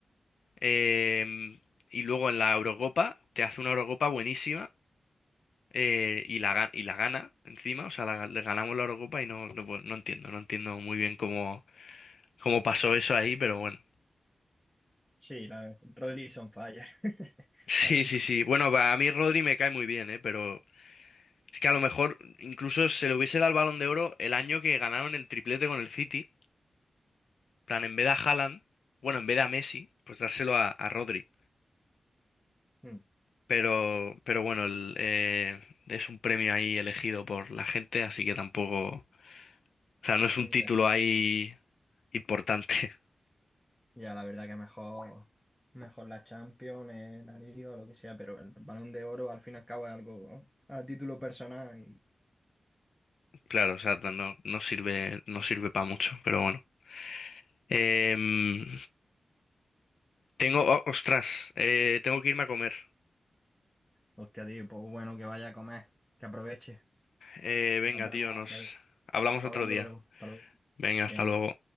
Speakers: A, on the left; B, in the centre.
A: Eh, y luego en la Eurocopa te hace una Eurocopa buenísima eh, y la, ga- y la gana encima, o sea, la- le ganamos la Eurocopa y no, no, pues, no entiendo, no entiendo muy bien cómo, cómo pasó eso ahí, pero bueno. <laughs>
B: Sí, la verdad. Rodri is on fire. <laughs>
A: Sí,
B: La conclusión.
A: sí, sí. Bueno, a mí Rodri me cae muy bien, ¿eh? Pero Es que a lo mejor incluso se le hubiese dado el Balón de Oro el año que ganaron el triplete con el City. En plan, en vez de a Haaland, bueno, en vez de a Messi, pues dárselo a, a Rodri.
B: Mm,
A: Pero, pero bueno, el, eh, es un premio ahí elegido por la gente, así que tampoco. O sea, no es un
B: ok.
A: título ahí importante. <laughs>
B: Ya, la verdad que mejor, mejor la Champions, eh, la Liga, lo que sea, pero el Balón de Oro al fin y al cabo es algo, ¿no? a título personal. Y,
A: Claro, o sea, no, no no sirve, no sirve para mucho, pero bueno. Em, tengo. oh, ostras, eh, tengo que irme a comer.
B: hostia, tío, pues bueno, que vaya a comer, que aproveche.
A: Eh, venga,
B: Nos vemos,
A: tío, nos
B: seguimos
A: hablamos otro
B: hablando
A: día.
B: luego. Hasta luego.
A: Venga, hasta
B: Venga.
A: luego.